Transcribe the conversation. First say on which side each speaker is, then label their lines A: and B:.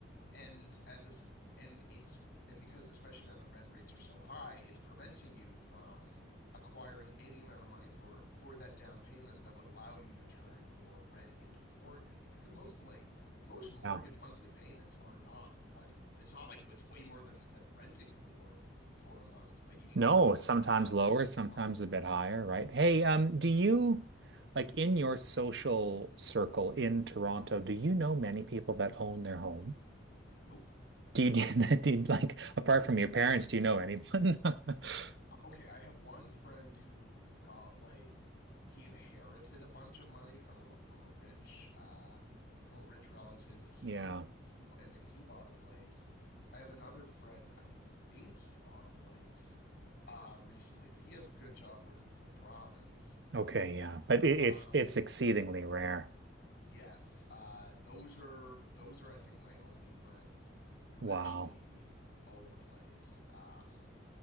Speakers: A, on the left; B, on the right.
A: and at this and it's and because especially now that rent rates are so high, it's preventing you from acquiring any amount of money for for that down payment that would allow you to turn your rent into a mortgage because most like most mortgage
B: Yeah.
A: monthly payments are not like it's not like it's way more than than renting for for a month but you need
B: No,
A: to have like
B: sometimes
A: a hundred thousand
B: lower,
A: dollars
B: sometimes
A: plus
B: a bit higher, right? Hey, um, do you like in your social circle in Toronto, do you know many people that own their home?
A: nope
B: Do you, <laughs> do you like apart from your parents, do you know anyone? <laughs>
A: okay, I have one friend who got like he inherited a bunch of money from a from a rich uh, from a rich relative. He
B: Yeah.
A: he and then he bought a place. I have another friend. I think he bought a place uh, recently, but he has a good job working for the province.
B: Okay, yeah. But it,
A: Um,
B: it's it's exceedingly rare.
A: yes, uh, those are those are I think my only friends who
B: Wow.
A: actually own a place. Um,